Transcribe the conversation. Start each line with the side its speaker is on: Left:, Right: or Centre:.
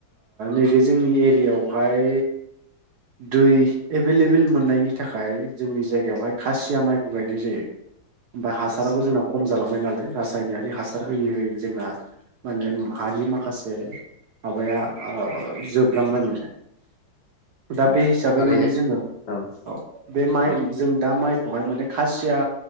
Right: नैबे जोंनि एरियायावहाय दै एभोलएबेल मोननायनि थाखाय जोंनि जायगायावहाय खासिया माइखौ गायनाय जायो। बा हासाराबो
Left: आदसा
Right: जोंना खम जालांबाय नालाय रासायना रि हासार
Left: औ
Right: होयै होयै जोंना माने
Left: औ
Right: हानि माखासे माबाया ओ जोबलांबायमोन। दा
Left: औ
Right: बे हिसाबै
Left: थारैनो
Right: माने जोङो
Left: औ
Right: बाब बे
Left: औ
Right: माइ जों दा माइ बेवहाय माने खासिया